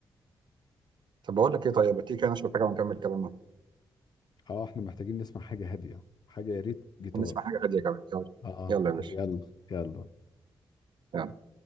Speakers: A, on the right; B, on the left.
A: طب بقول لك ايه طيب ما تيجي كده نشرب حاجه ونكمل كلامنا
B: اه احنا محتاجين نسمع حاجة هادية حاجة يا ريت جيتار
A: ونسمع حاجه هاديه كمان يلا
B: اه
A: يلا يا باشا
B: يلا يلا
A: يلا.